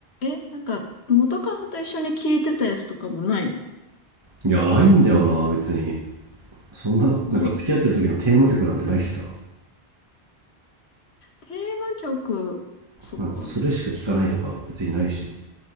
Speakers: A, on the left; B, on the right.
A: え、なんか、元カノと一緒に聞いてたやつとかもない
B: いや、ないんだよな、別に。そんな、
A: のないの
B: なんか付き合ってる時のテーマ曲なんてないしさ。
A: テーマ曲、そっか、
B: なんか、それしか聴かないとか別にないし、